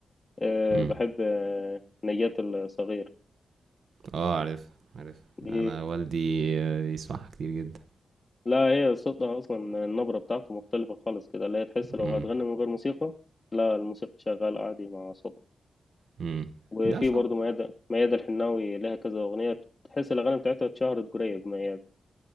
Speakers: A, on the left; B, on the right.
A: أه
B: مم.
A: بحب آه، نجاة الصغير
B: آه عارفها عارفها
A: دي
B: أنا والدي آه، يسمعها كتير جدا
A: لا هي صوتها أصلا النبرة بتاعته مختلفة خالص كده اللي هي تحس لو
B: امم
A: هتغني من غير موسيقى لا الموسيقى شغالة عادي مع صوتها
B: امم
A: وفي
B: ده
A: برضه ميادة ميادة الحناوي لها كذا أغنية تحس الأغاني بتاعتها اتشهرت قريب ميادة